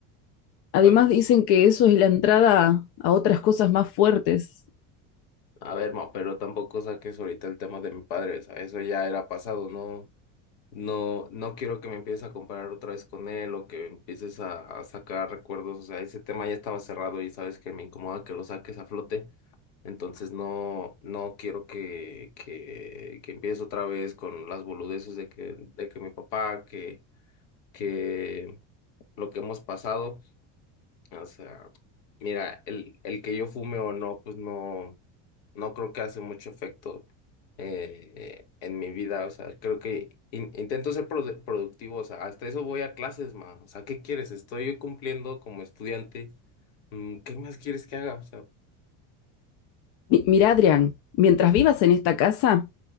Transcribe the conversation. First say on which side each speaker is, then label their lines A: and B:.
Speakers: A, on the left; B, on the left.
A: Además
B: A ver, ma,
A: dicen que eso es la entrada a, a otras cosas más fuertes.
B: a ver, ma, pero tampoco saques ahorita el tema de mi padre, o sea, eso ya era pasado, no, no, no quiero que me empieces a comparar otra vez con él o que empieces a, a sacar recuerdos, o sea, ese tema ya estaba cerrado y sabes que me incomoda que lo saques a flote. Entonces no, no quiero que, que, que empieces otra vez con las boludeces de que, de que mi papá, que, que lo que hemos pasado. O sea, mira, el, el que yo fume o no, pues no, no creo que hace mucho efecto eh, en mi vida. O sea, creo que in- intento ser produ- productivo. O sea, hasta eso voy a clases, ma. O sea, ¿qué quieres? Estoy cumpliendo como estudiante. Mm, ¿Qué más quieres que haga? O sea,
A: Mi- Mira, Adrián, mientras vivas en esta casa,